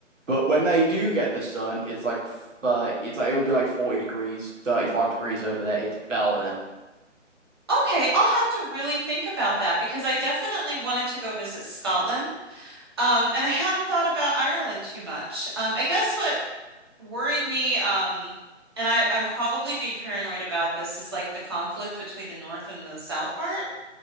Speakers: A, on the right; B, on the right.
A: but when they do get the sun, it's like 30, it's like it would be like 40 degrees, 35 degrees over there. It's belting.
B: Okay, I'll have to really think about that because I definitely wanted to go visit Scotland. Um, and I hadn't thought about Ireland too much. Um, I guess what worried me, um, and I, I'm probably being paranoid about this, is like the conflict between the north and the south part.